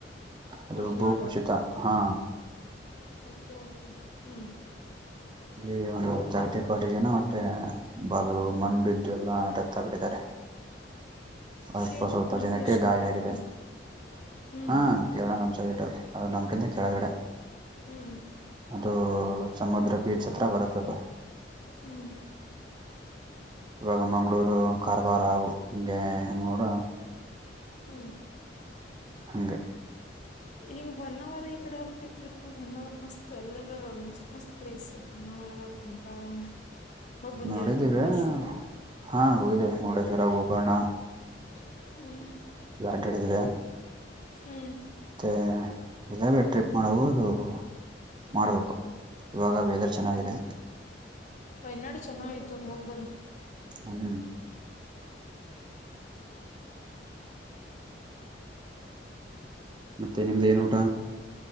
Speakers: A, on the right (about 25°); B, on the left (about 45°).
A: ಅದು
B: ವಯನಾಡ್
A: ಭೂ ಕುಸಿತ ಹಾ
B: ಓಕೆ ಓಕೆ ಹ್ಮ್.
A: ಇಲ್ಲಿ ಒಂದು ತರ್ಟಿ ಫೋರ್ಟಿ ಜನ ಮಟ್ಟೆ ಬ ಮಣ್ ಬಿದ್ದು ಎಲ್ಲಾ ಡೆತ್ ಆಗ್ಬಿಟ್ಟಿದಾರೆ. ಅಲ್ಪ
B: ಕೇರಳ
A: ಸ್ವಲ್ಪ
B: ನಮ್
A: ಜನಕ್ಕೆ
B: ದೇಶದ
A: ಗಾಯ ಆಗಿದೆ
B: ಹ್ಮ್ ಹ್ಮ್
A: ಹಾ. ಕೇರಳ ನಮ್ ಸೈಡ್ ಅದು ನಮ್ಕಿಂತ ಕೆಳಗಡೆ.
B: ಹ್ಮ್
A: ಅದು ಸಮುದ್ರ ಬೀಚ್ ಹತ್ರ ಬರುತ್ತ ಅದು.
B: ಹ್ಮ್
A: ಇವಾಗ ಮಂಗ್ಗಳೂರು ಕಾರವಾರ ಹಿಂಗೆ ನೋಡ
B: ಹ್ಮ
A: ಹಂಗೆ.
B: ಹಿಂಗ್ ಹೊನ್ನಾವರ ಈ ಕಡೆ ಹೋಗಕ್ಕೆ ಟ್ರಿಪ್ ಹೊನ್ನಾವರ ಮಸ್ತ್ ಎಲ್ಲರ ಮಸ್ತ್ ಮಸ್ತ್ ಪ್ಲೇಸ್ ಹೊನ್ನಾವರ ಕುಮಟಾ ಹೋಗ್ ಬಂದಿರ
A: ನೋಡಿದಿವೆ
B: ನಮ್ಮ ಮುರುಡೇಶ್ವರ
A: ಹಾ ಹೋಗಿದ್ದೇವ ಮುರುಡೇಶ್ವರ ಗೋಕರ್ಣ
B: ಹ್ಮ್
A: ಅಡ್ಡಯಾಡಿದ್ವಿ.
B: ಹ್ಮ್
A: ಮತ್ತೆ ಇದಾವೇ ಟ್ರಿಪ್ ಮಾಡುವದು ಮಾಡ್ಬೇಕು ಇವಾಗ ವೆದರ್
B: ಹ್ಮ್
A: ಚೆನ್ನಾಗಿದೆ
B: ವಯನಾಡು ಚೆನ್ನತ್ತು ಹೋಗಿ ಬರ್ರಿ
A: ಹ್ಮ್ ಮತ್ತೆ ನಿಮ್ದ್ ಏನ್ ಊಟ?